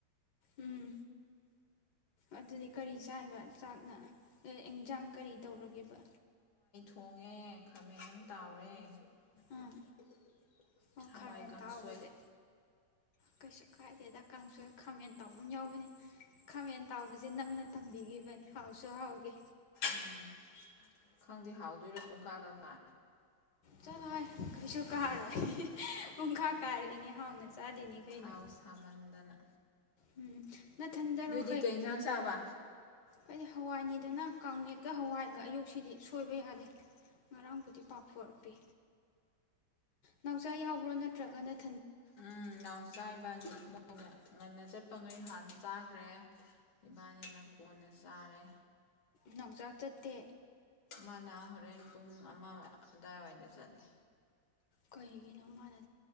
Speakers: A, on the left; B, on the left.
A: ꯎꯝ ꯑꯗꯨꯗꯤ ꯀꯔꯤ ꯆꯥꯏꯕ ꯆꯥꯛꯅ ꯑ ꯑꯦꯟꯖꯥꯡ ꯀꯔꯤ ꯇꯧꯔꯒꯦꯕ
B: ꯍꯣꯡꯉꯦ ꯈꯥꯃꯦꯟ ꯑꯝ ꯇꯥꯎꯔꯦ ꯍꯋꯥꯏ ꯀꯥꯡꯁꯣꯏ
A: ꯑꯥ ꯑꯣ
B: ꯍꯋꯥꯏ
A: ꯈꯥꯃꯦꯟ
B: ꯀꯥꯡꯁꫭꯏ
A: ꯇꯥꯎꯕꯁꯦ ꯀꯩꯁꯨ ꯀꯥꯏꯗꯦ ꯑꯗ ꯀꯥꯡꯁꯨ <unintelligible> ꯈꯥꯃꯦꯟ ꯇꯥꯎꯕ ꯑꯃ ꯌꯥꯎꯕꯅꯦ ꯈꯥꯃꯦꯟ ꯇꯥꯎꯕꯁꯦ ꯅꯪꯅ ꯇꯝꯕꯤꯒꯤꯕ ꯅꯤ ꯍꯥꯎꯁꯨ ꯍꯥꯎꯒꯦ
B: ꯎꯝ ꯈꯪꯗꯦ ꯍꯥꯎꯗꯣꯏꯔꯥ ꯄꯨꯡꯀꯥꯒ ꯀꯥ
A: ꯆꯂꯣ ꯍꯩ ꯀꯩꯁꯨ ꯀꯥꯔꫭꯏ ꯍꯤ ꯍꯤ ꯄꯨꯡꯀꯥ ꯀꯥꯔꯦꯅꯦ ꯍꯥꯎꯅ ꯆꯥꯗꯦꯅꯦ ꯀꯩꯅꯣ
B: ꯊꯥꯎ ꯁꯥꯃꯟꯗꯅ
A: ꯎꯝ ꯅꯊꯟꯗꯔꯣ
B: ꯅꯣꯏꯗꯤ ꯀꯩ ꯏꯟꯁꯥꯡ ꯆꯥꯕ
A: ꯍꯥꯏꯗꯤ ꯍꯋꯥꯏꯅꯤꯗꯅ ꯀꯥꯡꯃꯦꯠꯀ ꯍꯋꯥꯏꯒ ꯑꯌꯨꯛꯁꯤꯗꯤ ꯁꯣꯏꯕ ꯌꯥꯗꯦ ꯉꯔꯥꯡꯕꯨꯗꯤ ꯄꯥꯛꯐꫭꯔ ꯄꯤ ꯅꯥꯎꯆꯥꯥ ꯌꯥꯎꯕ꯭ꯔꯣ ꯅꯠ ꯇ‍꯭ꯔꯒ ꯅꯠ
B: ꯎꯝ ꯅꯥꯎꯆꯥ ꯏꯕꯥꯅꯤ ꯃꯣꯏꯅ ꯉꯟꯅ ꯆꯠꯄ ꯉꯩ ꯍꯥꯟꯅ ꯆꯥꯈ꯭ꯔꯦ ꯏꯕꯥꯅꯤꯅ ꯀꯣꯟꯅ ꯆꯥꯔꯦ
A: ꯅꯧꯆꯥ ꯆꯠꯇꯦ
B: ꯃꯥꯅ ꯍꯣꯔꯦꯟ ꯄꯨꯡ ꯑꯃ ꯑꯗꯨꯗꯥꯏꯋꯥꯏꯗ ꯆꯠꯂꯦ
A: ꯀꯩꯒꯤꯅꯣ ꯃꯅ